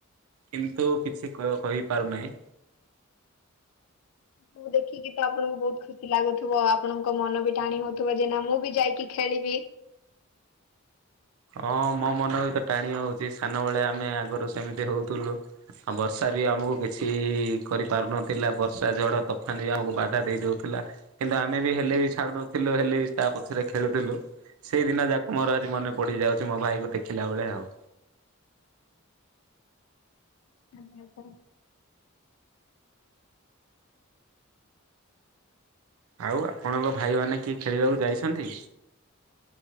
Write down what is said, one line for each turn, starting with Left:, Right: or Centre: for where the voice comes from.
Right: କିନ୍ତୁ କିଛି କ କହିପାରୁନାହିଁ।
Left: ସବୁ ଦେଖିକି ତ ଆପଣଙ୍କୁ ବହୁତ ଖୁସି ଲାଗୁଥୁବ ଆପଣଙ୍କ ମନ ବି ଟାଣି ହଉଥିବ ଯେ ନା ମୁଁ ବି ଯାଇକି ଖେଳିବି।
Right: ହଁ ମୋ ମନ ବି ତ ଟାଣି ହଉଚି ସାନବେଳେ ଆମେ ଆଗୁରୁ ସେମିତି ହଉଥିଲୁ ଆଉ ବର୍ଷା ବି ଆମୁକୁ କିଛି କରିପାରୁନଥିଲା ବର୍ଷା ଝଡ଼ ତୋଫାନ ବି ଆମକୁ ବାଧା ଦେଇଦଉଥିଲା। କିନ୍ତୁ ଆମେ ବି ହେଲେ ବି ଛାଡୁ ନଥିଲୁ ହେଲେ ବି ତା ପଛରେ ଖେଳୁଥିଲୁ ସେଇଦିନ ଯାକ ମୋର ଆଜି ମନେ ପଡିି ଯାଉଚି ମୋ ଭାଇ କୁ ଦେଖିଲା ବେଳେ ଆଉ।
Left: <unintelligible>
Right: ଆଉ ଆପଣଙ୍କ ଭାଇମାନେ କିଏ ଖେଳିବାକୁ ଯାଇସନ୍ତି?